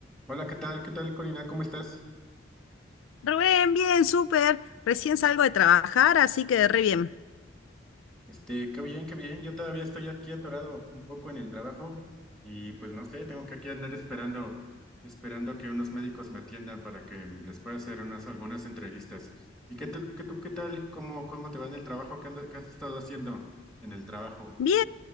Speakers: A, in the centre; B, on the left.
A: Hola, ¿qué tal? ¿Qué tal, Corina? ¿Cómo estás?
B: Rubén, bien, súper. Recién salgo de trabajar, así que re bien.
A: Este, qué bien, qué bien. Yo todavía estoy aquí atorado un poco en el trabajo y pues no sé, tengo que aquí andar esperando, esperando que unos médicos me atiendan para que les pueda hacer unas algunas entrevistas. ¿Y qué tú, qué tú, qué tal? ¿Cómo, cómo te va en el trabajo? ¿Qué, anda- qué has estado haciendo en el trabajo?
B: Bien,